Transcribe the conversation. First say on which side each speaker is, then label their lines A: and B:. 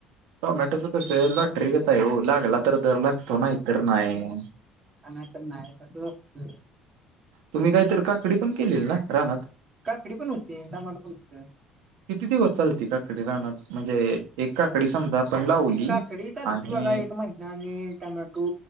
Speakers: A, on the right (about 85°); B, on the right (about 25°).
A: टोमॅटो च कसाय लॉटरी गत आहे. ओ लागला तर लागतो नाय तर नाही.
B: नाय तर नाय तसंच असतं.
A: तुम्ही काहीतरी काकडी पण केलेली ना रानात.
B: काकडी पण होती. टमाटर पण होतं.
A: किती दिवस चालते. काकडी रानात म्हणजे एक काकडी समजा आपण लावली.
B: काकडी चालते
A: आणि
B: बघा. एक महिना आणि टोमॅटो